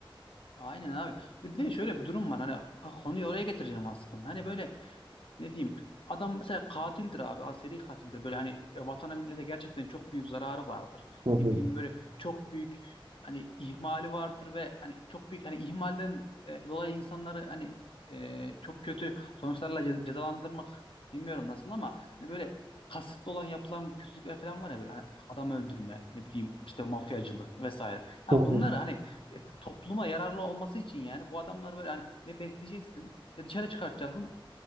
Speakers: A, on the left; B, on the right.
A: Aynen abi. Bir de şöyle bir durum var. Hani konuyu oraya getireceğim aslında. Hani böyle ne diyeyim adam mesela katildir abi aseri katildir böyle hani e, vatana millete gerçekten çok büyük zararı vardır
B: Hı hı.
A: ne bileyim böyle çok büyük hani ihmali vardır ve hani çok büyük hani ihmalden e, dolayı insanları hani e, çok kötü sonuçlarla ce- cezalandırmak bilmiyorum nasıl ama hani böyle kasıtlı olan yapılan kötülükler falan var ya böyle hani adam öldürme ne bileyim işte mafyacılık vesaire. Ha
B: Hı hı.
A: bunlar hani e, topluma yararlı olması için yani bu adamlar böyle hani ne besleyeceksin ne dışarı çıkartacaksın